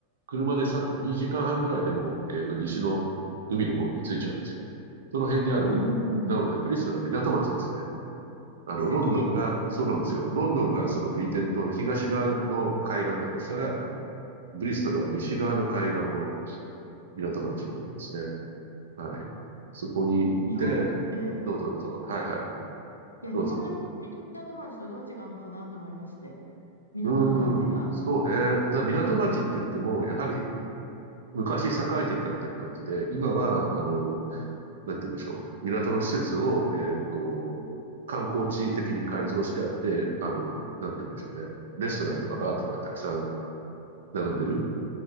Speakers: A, on the right; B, on the left.
A: 車でさ2時間半ぐらいでもう、えっと、西の海の方に着いちゃうんですよ。その辺にある、
B: お
A: なので、
B: ー。
A: ブリストルは港町ですね。あの、
B: 素敵。
A: ロンドンが、そうなんですよ。ロンドンがそのブリテン島の東側の海岸だとしたら、ブリストルは西側の海岸の港町になりますね。はい。そこに行って、
B: 日本、ええ。
A: どうぞどうぞ。はいはい。
B: いや、日本の
A: どうぞ。
B: 港町とどう違うのかなと思いまして、港の感じが。
A: うーん、そうね。だから港町って言っても、やはり昔栄えていたっていう感じで、今は、あの、なんて言うんでしょう。港の施設を、えーっと、観光地的に改造してあって、あの、なんて言うんでしょうね。レストランとかバーとかたくさん並んでる。